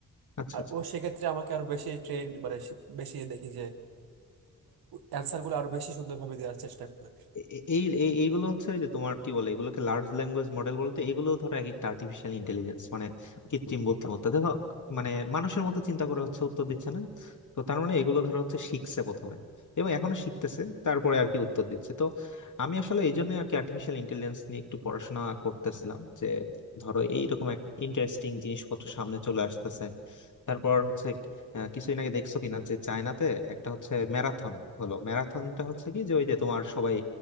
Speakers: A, on the left; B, on the right.
A: আচ্ছা
B: আর
A: আচ্ছা।
B: ও সেক্ষেত্রে আমাকে আরো বেশি ট্রেন মানে সে- বেশি দেখি যে অ্যান্সার গুলো আরো বেশি সুন্দরভাবে দেওয়ার চেষ্টা করে
A: এ- এ- এই এই- এইগুলো হচ্ছে ওই যে তোমার কি বলে এগুলোকে লার্জ ল্যাঙ্গুয়েজ মডেল বলতে এগুলো ধরো এক একটা আর্টিফিশিয়াল ইন্টেলিজেন্স মানে কৃত্রিম বুদ্ধিমত্তা দেখো মানে মানুষের মতো চিন্তা করে হচ্ছে উত্তর দিচ্ছে না তো তার মানে এগুলো ধরো হচ্ছে শিখছে প্রথমে এবং এখনো শিখতেছে তারপরে আর কি উত্তর দিচ্ছে তো আমি আসলে এই জন্য আর কি আর্টিফিশিয়াল ইন্টেলিজেন্স নিয়ে একটু পড়াশোনা করতেছিলাম যে ধরো এইরকম এক ইন্টারেস্টিং জিনিসপত্র সামনে চলে আসতেছে তারপর হচ্ছে আহ, কিছুদিন আগে দেখছো কিনা যে চায়নাতে একটা হচ্ছে ম্যারাথন হলো ম্যারাথনটা হচ্ছে কি যে ওই যে তোমার সবাই